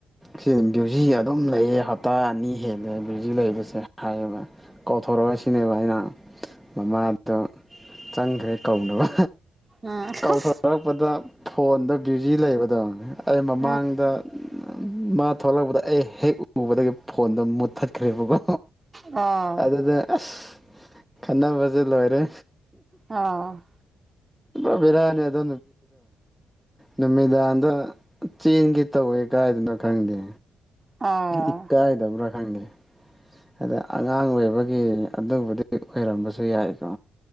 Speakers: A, in the centre; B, on the right.
A: ꯁꯤ ꯕ꯭ꯌꯨꯖꯤ ꯑꯗꯨꯝ ꯂꯩꯌꯦ ꯍꯞꯇꯥ ꯑꯅꯤ ꯍꯦꯜꯂꯦ ꯕ꯭ꯌꯨꯖꯤ ꯂꯩꯕꯁꯦ ꯍꯥꯏꯌꯦꯕ ꯀꯧꯊꯣꯔꯛ ꯑꯣ ꯁꯤꯅꯦꯕ ꯑꯩꯅ ꯃꯃꯥꯗ ꯆꯪꯈ꯭ꯔꯦ ꯀꯧꯅꯕ
B: ꯑꯁ
A: ꯀꯧꯊꯣꯔꯛꯄꯗ ꯐꯣꯟꯗ ꯕꯤꯖꯤ ꯂꯩꯕꯗꯣ ꯑꯩ ꯃꯃꯥꯡꯗ
B: ꯎꯝ
A: ꯃꯥ ꯊꯣꯛꯂꯛꯄꯗ ꯑꯩ ꯍꯦꯛ ꯎꯕꯗꯒꯤ ꯐꯣꯟꯗꯣ ꯃꯨꯠꯊꯠꯈ꯭ꯔꯦꯕꯀꯣ
B: ꯑꯣ
A: ꯑꯗꯨꯗ ꯑꯁ ꯈꯟꯅꯕꯁꯦ ꯂꯣꯏꯔꯦ
B: ꯑꯣ
A: ꯏ ꯕꯤꯔꯌꯥꯅꯤ ꯑꯗ ꯅꯨꯃꯤꯗꯥꯡꯗ ꯆꯦꯟꯒꯤ ꯇꯧꯋꯦ ꯀꯥꯏꯗꯅꯣ ꯈꯪꯗꯦ
B: ꯑꯣ
A: ꯏꯀꯥꯏꯗꯕ꯭ꯔꯥ ꯈꯪꯗꯦ ꯑꯗ ꯑꯉꯥꯡ ꯑꯣꯏꯕꯒꯤ ꯑꯗꯨꯕꯨꯗꯤ ꯑꯣꯏꯔꯝꯕꯁꯨ ꯌꯥꯏꯀꯣ